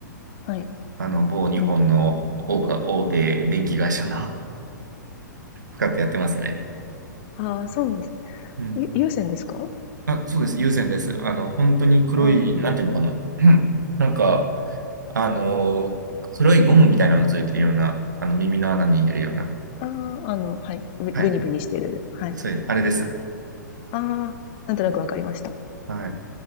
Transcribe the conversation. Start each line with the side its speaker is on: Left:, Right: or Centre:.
Left: はい。
Right: あの某日本の大か大手電気会社の
Left: うん。
Right: 使ってやってますね。
Left: ああ、そうなんです。
Right: うん。
Left: ゆ有線ですか？
Right: あ、そうです。有線です。あの、本当に黒い、
Left: あ
Right: なんていうのかな。<clears throat> なんか、あの黒いゴムみたいなのついてるような、あの、耳の穴に入れるような。
Left: あ、ああ、あの、はい、ぶブニブニしてる、
Right: はい。
Left: はい。
Right: そういう、あれです。
Left: ああ、なんとなくわかりました。
Right: はい。